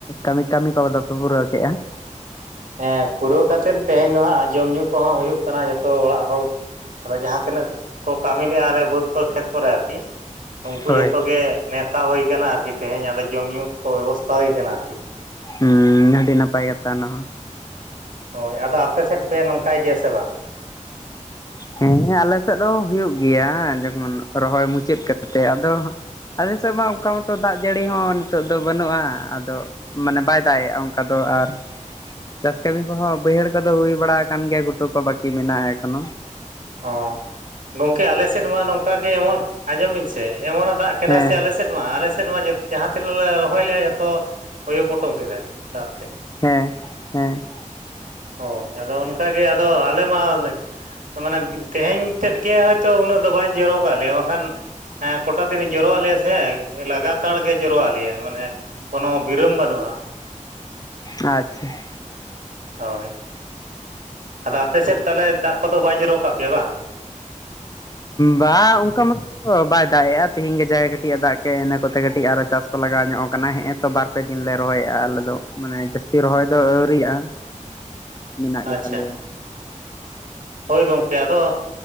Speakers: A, on the left (about 30°); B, on the right (about 80°).
A: ᱠᱟᱹᱢᱤ ᱠᱟᱹᱢᱤ ᱠᱚᱫᱚ ᱠᱚ ᱯᱩᱨᱟᱹᱣ ᱠᱮᱫᱟ᱾
B: ᱦᱮᱸ ᱯᱩᱨᱟᱹᱣ ᱠᱟᱛᱮᱫ ᱛᱮᱦᱮᱧ ᱫᱚ ᱦᱟᱸᱜ ᱡᱚᱢᱼ ᱧᱩ ᱠᱚᱦᱚᱸ ᱦᱩᱭᱩᱜ ᱠᱟᱱᱟ ᱡᱚᱛᱚ ᱚᱲᱟᱜ ᱦᱚᱲ᱾ ᱟᱫᱚ ᱡᱟᱦᱟᱸ ᱛᱤᱱᱟᱹᱜ ᱠᱚ ᱠᱟᱹᱢᱤ ᱞᱮᱜᱼᱟ ᱟᱞᱮ ᱵᱟᱹᱫᱽ ᱠᱚ ᱠᱷᱮᱛ ᱠᱚᱨᱮ ᱟᱨᱠᱤ᱾ ᱩᱱᱠᱩ
A: ᱦᱳᱭ
B: ᱡᱷᱚᱛᱚ ᱜᱮ ᱱᱮᱣᱛᱟ ᱦᱩᱭ ᱠᱟᱱᱟ ᱟᱨᱠᱤ ᱛᱮᱦᱮᱧ ᱟᱫᱚ ᱡᱚᱢ ᱧᱩᱩ ᱠᱚ ᱵᱮᱵᱚᱥᱛᱷᱟ ᱦᱩᱭ ᱠᱟᱱᱟ ᱟᱨᱠᱤ᱾
A: ᱦᱩᱸ ᱟᱹᱰᱤ ᱱᱟᱯᱟᱭ ᱠᱟᱛᱷᱟ ᱚᱱᱟᱦᱚᱸ᱾
B: ᱦᱳᱭ ᱟᱫᱚ ᱟᱯᱮ ᱥᱮᱫ ᱜᱮ ᱱᱚᱝᱠᱟᱭ ᱜᱮᱭᱟ ᱥᱮ ᱵᱟᱝ?
A: ᱦᱮᱸ ᱟᱞᱮ ᱥᱮᱫ ᱫᱚ ᱦᱩᱭᱩᱜ ᱜᱮᱭᱟ ᱡᱮᱢᱚᱱ ᱨᱚᱦᱚᱭ ᱢᱩᱪᱟᱹᱫ ᱠᱟᱛᱮ ᱟᱫᱚᱼᱼ ᱟᱞᱮ ᱥᱮᱫ ᱢᱟ ᱚᱱᱠᱟ ᱢᱚᱛᱚ ᱫᱟᱜ ᱡᱟᱹᱲᱤ ᱦᱚᱸ ᱱᱤᱛᱚᱜ ᱫᱚ ᱵᱟᱹᱱᱩᱜᱼᱟ, ᱟᱫᱚ ᱢᱟᱱᱮ ᱵᱟᱭ ᱫᱟᱜ ᱮᱜᱼᱟ ᱚᱱᱠᱟ ᱫᱚ ᱟᱨ ᱾ ᱪᱟᱥ ᱠᱟᱹᱢᱤ ᱠᱚᱦᱚᱸ ᱵᱟᱹᱭᱦᱟᱹᱲ ᱠᱚᱫᱚ ᱦᱩᱭ ᱵᱟᱲᱟ ᱟᱠᱟᱱ ᱜᱮᱭᱟ ᱜᱷᱩᱴᱩ ᱠᱚ ᱵᱟᱹᱠᱤ ᱢᱮᱱᱟᱜᱼᱟ ᱮᱠᱷᱚᱱᱳ ᱾
B: ᱚᱻ ᱜᱚᱝᱠᱮ ᱟᱞᱮ ᱥᱮᱫ ᱢᱟ ᱱᱚᱝᱠᱟ ᱜᱮ ᱮᱢᱚᱱ ᱟᱸᱡᱚᱢ ᱵᱤᱱ ᱥᱮ ᱮᱢᱚᱱᱮ ᱫᱟᱜ ᱠᱮᱫᱟ
A: ᱦᱮᱸ
B: ᱥᱮ ᱟᱞᱮ ᱥᱮᱫ ᱱᱚᱣᱟ ᱟᱞᱮ ᱥᱮᱫ ᱢᱟ ᱡᱟᱦᱟᱸ ᱛᱤᱱᱟᱹᱜ ᱞᱮ ᱨᱚᱦᱚᱭ ᱞᱮᱼᱟ ᱡᱷᱚᱛᱚ ᱳᱭᱳ ᱯᱚᱴᱚᱢ ᱠᱮᱫᱟ ᱫᱟᱜ ᱛᱮ᱾
A: ᱦᱮᱸ ᱦᱮᱸ ᱾
B: ᱦᱳᱭ ᱟᱫᱚ ᱚᱱᱠᱟᱜᱮ ᱟᱫᱚ ᱟᱞᱮ ᱢᱟ ᱢᱟᱱᱮ ᱛᱮᱹᱦᱮᱧ ᱛᱮᱫ ᱜᱮ ᱦᱚᱭᱛᱳ ᱩᱱᱟᱹᱜ ᱫᱚ ᱵᱟᱭ ᱡᱚᱨᱚ ᱠᱟᱜ ᱞᱮᱭᱟ ᱵᱟᱝᱠᱷᱟᱱ ᱦᱮᱸ ᱠᱚᱴᱟ ᱫᱤᱱ ᱡᱚᱨᱚ ᱞᱮᱭᱟ ᱥᱮ ᱞᱟᱜᱟᱛᱟᱨ ᱜᱮ ᱡᱚᱨᱚ ᱟᱜ ᱞᱮᱭᱟ ᱢᱟᱱᱮ ᱠᱳᱱᱳ ᱵᱤᱨᱚᱢ ᱵᱟᱹᱱᱩᱜᱼᱟ ᱾
A: ᱟᱪᱪᱷᱟ ᱾
B: ᱦᱳᱭ ᱾ ᱟᱫᱚ ᱟᱯᱮ ᱥᱮᱫ ᱛᱟᱦᱚᱞᱮ ᱫᱟᱜ ᱠᱚᱫᱚ ᱵᱟᱭ ᱡᱚᱨᱚ ᱠᱟᱜ ᱯᱮᱭᱟ ᱵᱟᱝ?
A: ᱵᱟᱝ ᱚᱱᱠᱟ ᱢᱟ ᱚ ᱵᱟᱭ ᱫᱟᱜ ᱮᱼᱟ ᱛᱤᱦᱤᱧ ᱜᱮ ᱡᱟ ᱠᱟᱹᱴᱤᱡ ᱮ ᱫᱟᱜ ᱠᱮᱜ ᱤᱱᱟ ᱠᱚᱛᱮ ᱠᱟᱹᱴᱤᱡ ᱟᱨᱚ ᱪᱟᱥ ᱠᱚ ᱞᱟᱜᱟᱣ ᱧᱚᱜ ᱠᱟᱱᱟ ᱦᱮᱸ ᱛᱚ ᱵᱟᱨ ᱵᱟᱨ ᱯᱮ ᱫᱤᱱ ᱞᱮ ᱨᱚᱦᱚᱭᱮᱫᱼᱟ ᱟᱞᱮ ᱫᱚ ᱢᱟᱱᱮ ᱡᱟᱹᱥᱛᱤ ᱨᱚᱦᱚᱭ ᱫᱚ ᱟᱹᱣᱨᱤᱭᱟᱜᱼᱟ᱾ ᱢᱮᱱᱟᱜ
B: ᱟᱪᱪᱷᱟ,
A: ᱜᱮᱛᱟᱞᱮᱭᱟ
B: ᱦᱳᱭ ᱜᱚᱝᱠᱮ ᱟᱫᱚ